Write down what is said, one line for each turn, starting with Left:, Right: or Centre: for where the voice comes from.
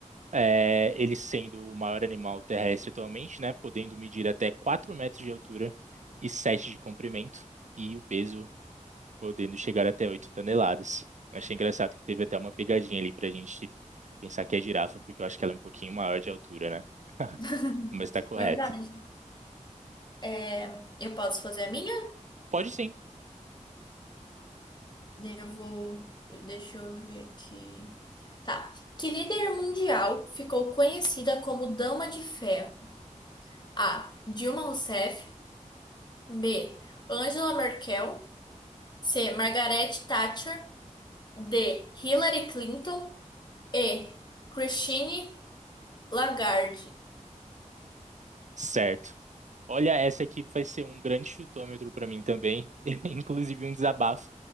Right: É, ele sendo o maior animal terrestre atualmente, né, podendo medir até 4 metros de altura e 7 de comprimento, e o peso podendo chegar até 8 toneladas. Eu achei engraçado que teve até uma pegadinha ali para a gente pensar que é girafa, porque eu acho que ela é um pouquinho maior de altura, né? <laughs>
Left: <laughs>
Right: Mas está correto.
Left: Verdade. É, eu posso fazer a minha?
Right: Pode sim.
Left: Daí Eu vou. Deixa eu ver aqui. Tá. Que líder mundial ficou conhecida como Dama de Ferro? A. Dilma Rousseff. B. Angela Merkel. C. Margaret Thatcher. D. Hillary Clinton. E. Christine Lagarde.
Right: Certo. Olha, essa aqui vai ser um grande chutômetro para mim também, <laughs> inclusive um desabafo.